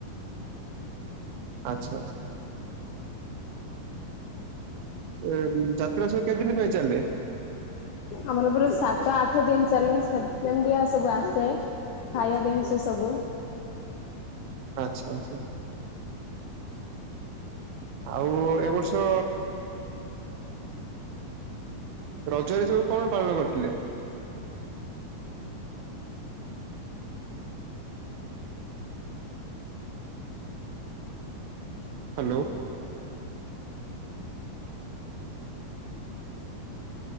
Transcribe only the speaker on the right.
ଆଚ୍ଛା ଆଚ୍ଛା। <unintelligible> ଯାତ୍ରା ସବୁ କେତେଦିନି ପାଇଁ ଚାଲେ?
ଆଚ୍ଛା ଆଚ୍ଛା। ଆଉ ଏ ବର୍ଷ ରଜରେ ସବୁ କଣ ପାଳନ କରିଥିଲେ? ହାଲୋ।